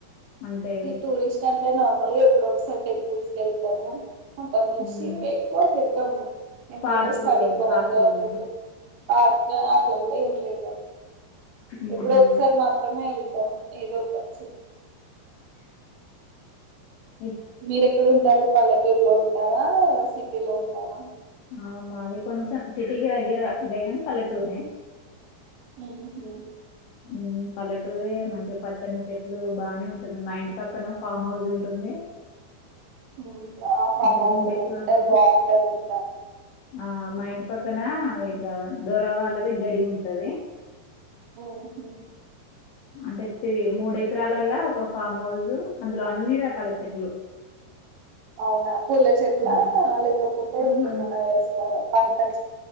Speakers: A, on the left; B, on the right.
A: అంటే
B: ఈ టూరిస్ట్ అంటే నార్మల్గా ఎప్పుడో ఒకసారి టెంపుల్స్ కెళ్తాము అంత మంచి
A: ఉమ్,
B: ఎక్కువ తిరగము ఎందుకంటే
A: పార్కులు
B: స్టడీ పరంగా
A: పార్కులలో
B: టూర్ట్లు పార్క్ అట్లా గూడా ఏం లేదుండి
A: ఉహు
B: ఎప్పుడో ఒకసారి మాత్రమే వెళ్దు ఇ ఏదో ఒకా చి
A: మ్
B: మీర ఎక్కడ ఉంటారు పల్లెటూరులో ఉంటారా సిటీ లో ఉంటారా
A: ఆమాది కొంచెం సిటీకి దగ్గర లేగానే పల్లెటూరే
B: ఉహు
A: మ్ పల్లెటూరే మంచిగా పచ్చని చెట్లు బాగానే ఉంటుంది మా ఇంటి పక్కనే ఫామ్ హౌస్ ఉంటుంది <inaudible>
B: మ్ ఆ ఫామ్
A: ఒక
B: హస్
A: ఎకరాలు
B: ఉంటది బాగుంటది ఇంకా
A: ఆ మా ఇంటి పక్కన ఇట్లా దూర వాళ్ళది గడి ఉంటది
B: ఓహో
A: అంటే త్ర మూడు ఎకరాలల్లా ఒక ఫామ్ హౌస్ అందులో అన్ని రకాల చెట్లు
B: అవునా పూల చెట్ల
A: హ్మ్.
B: లేకపోతే
A: ఆహా!
B: ఇంకేమన్నా వేస్తారా పంట చె